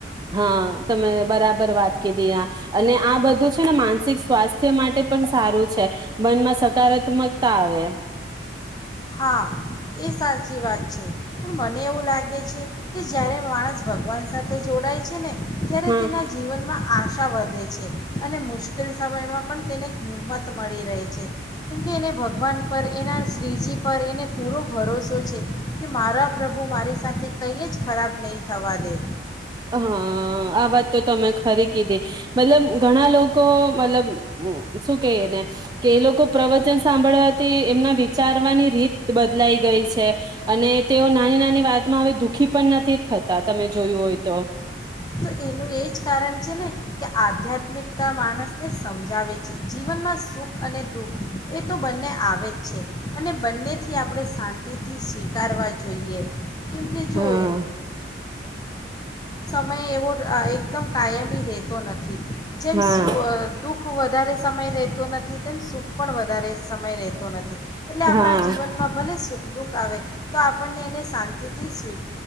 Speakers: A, on the right; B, on the left.
A: હા તમે બરાબર વાત કીડી અને આ અને આ બધું છે ને માનસિક સ્વાસ્થ્ય માટે પણ સારું છે. મનમાં સકારાત્મકતા આવે.
B: હા એ સાચી વાત છે. પણ મને એવું લાગે છે કે જય્યારે માણસ ભગવાન સાથે જોડાય છે, ને ત્યારે
A: હા
B: તેના જીવનમાં આશા વધે છે. અને મુશ્કેલ સમયમાં પણ તેને હિંમત મળી રહે છે. કેમકે એને વન પર એના શ્રીજી પર એને પૂરો ભરોસો છે. કે મારા પ્રભુ મારી સાથે કહી ખરાબ નહીં થવા દે.
A: હા આ વાત તો તમે ખરી કીધી. મતલબ ઘણા લોકો મતલબ શું ક ને કે એ લોકો પ્રવચન સાંભળવાથી એમના વિચારવાની રીત બદલાઈ ગઈ છે. અને તેઓ નાની નાની વાતમાં હવે દુઃખી પણ નથી થતા તમે જોયું હોય. તો
B: તો એનું એ જ કારણ છે ને કે આધ્યાત્મિકતા માણસને સમજાવે છે. જીવનમાં સુખ અને દુઃખ એ તો બંને આવે જ છે. અને બંને થી આપણે શાંતિથી <unintelligible> કરવા જોઈએ. કયુંકી જો
A: હા
B: અ <unintelligible> એવો અ એકદમ કાયમી રહેતો નથી. જેમ
A: હા
B: સુ દુઃખ આખો વધારે સમય રહેતો નથી તેમ સુખ પણ વધારે સમય રહેતો નથી. એટલે આપણા
A: હા
B: જીવનમાં ભલે સુખ દુઃખ આવે, તો આપણને એને શાંતિથી સ્વી